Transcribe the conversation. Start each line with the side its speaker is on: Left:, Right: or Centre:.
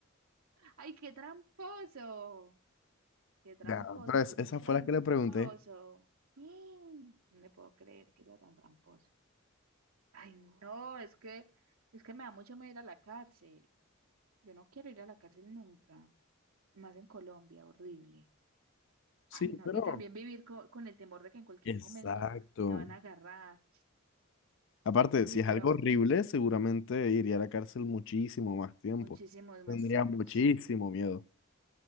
Right: Ay, qué tramposo. Qué tramposo,
Left: Ya, pero
Right: usted
Left: es-
Right: es
Left: esas
Right: muy tramposo.
Left: fue las que le pregunté.
Right: Mm, No le puedo creer que sea tan tramposo. Ay, no, es que, es que me da mucho miedo ir a la cárcel. Yo no quiero ir a la cárcel nunca. Más en Colombia, horrible.
Left: Sí,
Right: Ay, no.
Left: pero...
Right: Y también vivir co- con el temor de que en cualquier
Left: Exacto.
Right: momento me van a agarrar.
Left: Aparte,
Right: Uy,
Left: si es
Right: pero
Left: algo horrible, seguramente iría a la cárcel muchísimo más tiempo.
Right: muchísimo
Left: Tendría
Right: más tiempo,
Left: muchísimo
Right: sí.
Left: miedo.